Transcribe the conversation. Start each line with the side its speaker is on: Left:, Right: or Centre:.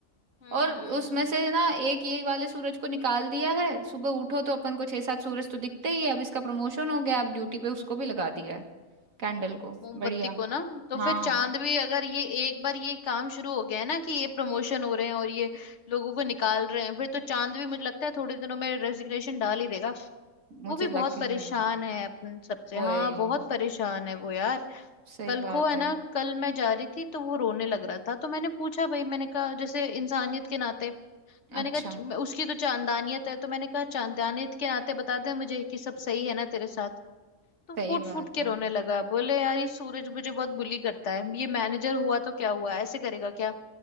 Left: हम्म
Right: और उसमें से ना एक ये वाले सूरज को निकाल दिया है सुबह उठो तो अपन को छह सात सूरज तो दिखते ही है अब इसका प्रमोशन हो गया अब ड्यूटी पे उसको भी लगा दिया है कैंडल को
Left: मोमबत्ती
Right: बढ़िया
Left: को ना तो
Right: हाँ
Left: फिर चांद भी अगर ये एक बार ये काम शुरू हो गया है ना कि ये प्रमोशन हो रहे हैं और ये लोगों को निकाल रहे हैं फिर तो चांद भी मुझे लगता है थोड़े दिनों में रेजिग्नेशन डाल ही देगा
Right: मुझे
Left: वो भी
Right: लग
Left: बहुत
Right: ही
Left: परेशान
Right: रहा है
Left: है अपन सबसे
Right: वही
Left: हाँ बहुत परेशान है वो यार
Right: सही
Left: कल
Right: बात
Left: को है
Right: है
Left: ना कल मैं जा रही थी तो वो रोने लग रहा था तो मैंने पूछा भाई मैंने कहा जैसे इंसानियत के नाते मैंने
Right: अच्छा
Left: कहा "च- उसकी तो चांदानियत है तो मैंने कहा चांदानियत के नाते बता दे मुझे कि सब सही है ना तेरे साथ तो
Right: सही
Left: फूट
Right: बात
Left: फूट के
Right: है
Left: रोने लगा बोले यार ये सूरज मुझे बहुत बुली करता है ये मैनेजर हुआ तो क्या हुआ ऐसे करेगा क्या